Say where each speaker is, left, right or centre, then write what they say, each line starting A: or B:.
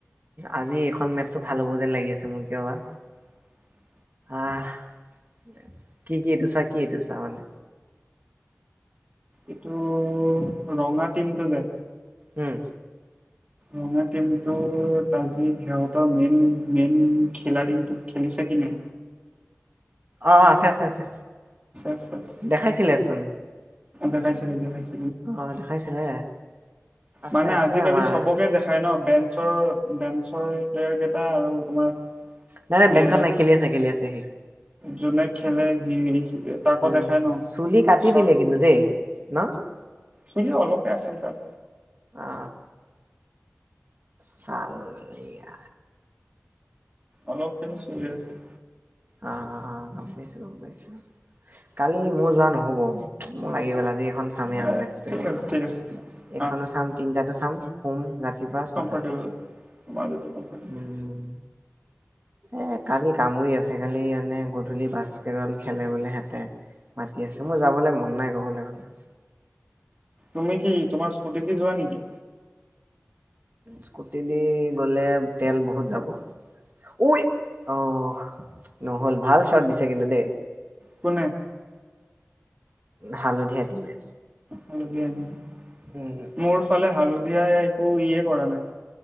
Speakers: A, on the right; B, on the right.
A: আজি এইখন মেথছো ভাল হ'ব যেন লাগি আছে মোৰ কিয় বা।
B: <inaudible>
A: অহ ', কি-কি এইটো চা কি এইটো চা মানে
B: এইটো ৰঙা টিমটো যে
A: উম
B: ৰঙা টিমটো আজি সিহতৰ মেইন - মেইন খেলাডী খেলিছে। পজিন
A: অ, আছে - আছে - আছে
B: আছে আছে
A: দেখাইছিলেচোন।
B: দেখাইছিলো - দেখিছিলো।
A: অ, দেখাইছিলে আছে
B: মানে
A: আছে
B: আজিকালি
A: আমাৰ
B: চবকে দেখাই ন বেঞ্চৰ - বেঞ্চৰ প্লেয়াৰ কেইটা আৰু তোমাৰ
A: নাই - নাই বেঞ্চন
B: এ
A: নাই খেলি আছে - খেলি আছে সি।
B: যোনে খেলে সি তাকো
A: উম,
B: দেখাই ন
A: চুলি কাটি
B: চ
A: দিলে কিন্তু দেই ন।
B: চুলি অলপে আছে তাৰ
A: অ, চাল <unintelligible>
B: অলপখিনি চলি আছিল।
A: অ - অ - অ গম পাইছো-গম পাইছো কালি মোৰ যোৱা নহ'ব মোৰ লাগি গ'লা। আজি এখন চামেই
B: এ
A: আৰু মে
B: ঠিক
A: এতিয়া
B: আছে ঠিক আছে ঠিক আছে
A: এইখনো
B: অ
A: চাম তিনটাতো চাম সোম ৰাতিপুৱা, ছটাত
B: মটো <unintelligible> কমফটেব।
A: উম এ কালি কামুৰি আছে কালি। স এনে গধূলি বাস্কেটবল খেলে বোলে সিহতে মাতি আছে মোৰ যাবলৈ মন নাই। নহলে মানে
B: তুমি কি তোমাৰ স্কুটিতি যোৱা নেকি?
A: স্কুটি দি গ'লে তেল বহুত যাব। উই, অহ, নহ'ল ভাল চট দিছে কিন্তু দেই।
B: কোনে?
A: হালধীয়া টিমে।
B: হালধীয়া নেকি
A: উম
B: মোৰ ফালে হালধীয়াই একো ইয়ে কৰা নাই।